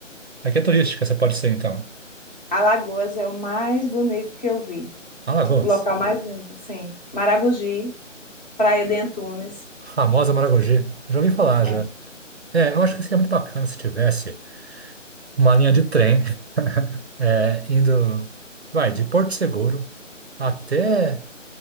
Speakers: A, on the right (about 55°); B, on the left (about 35°).
A: Aqui é turística, você pode ser então.
B: Alagoas é o mais bonito que eu vi,
A: Alagoas,
B: o local mais lindo, sim. Maragogi, Praia de Antunes.
A: famosa Maragogi. Já ouvi falar
B: É.
A: já. É, eu acho que seria muito bacana se tivesse uma linha de trem <laughs> é, indo, vai, de Porto Seguro até